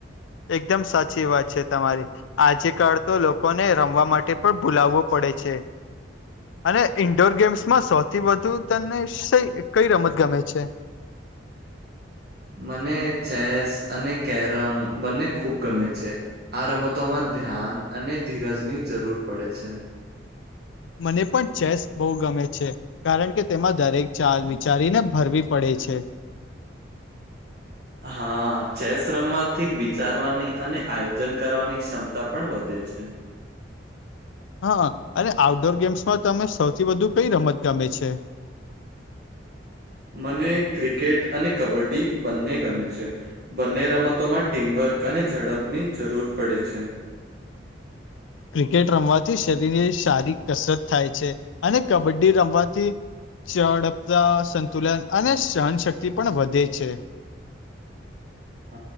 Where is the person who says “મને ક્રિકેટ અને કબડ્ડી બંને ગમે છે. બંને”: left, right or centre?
Right